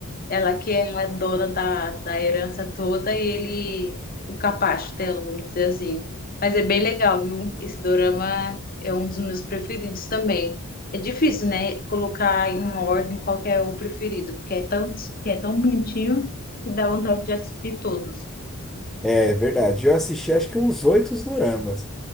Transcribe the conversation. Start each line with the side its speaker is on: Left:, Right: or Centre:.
Left: Ela que é a dona da, da herança toda e ele, o capacho dela, vamos dizer assim. Mas é bem legal, viu? Esse dorama é um dos meus preferidos também. É difícil, né? Colocar em ordem qual que é o preferido, porque é tanto, que é tão bonitinho que dá vontade de assistir todos.
Centre: É verdade. Eu assisti acho que uns oito doramas.